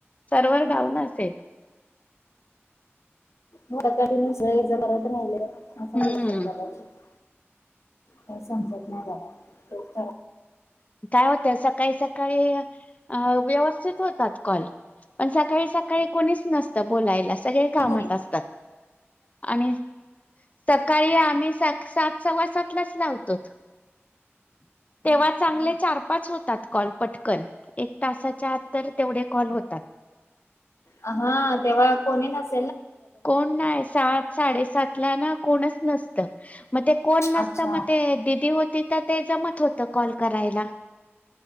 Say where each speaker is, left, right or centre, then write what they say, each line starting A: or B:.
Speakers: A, on the left (about 30°); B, on the left (about 85°).
A: सर्वर डाऊन असेल. <inaudible>
B: म आता तुम्ही. जर ये जा करत राहिल्या. <unintelligible>
A: हम्म
B: काय समजत नाही बघा डोक्या
A: काय होत सकाळी सकाळी अ व्यवस्थित होतात कॉल पण सकाळी सकाळी कोणीच नसतं बोलायला. सगळे
B: खराब
A: कामात
B: घरी
A: असतात आणि सकाळी आम्ही सात सात सव्वा सात लाच लावतोत. तेव्हा र चांगले चार पाच होतात कॉल पटकन. एक तासाच्या आत तर तेवढे कॉल होतात.
B: आ हा तेव्हा कोणी नस
A: कोण नाही सात साडेसात. नाही ना कोणीच नसतं. म ते कोण नसतं
B: अच्छा
A: म ते दिदी हो तिथं ते जमत होत कॉल करायला.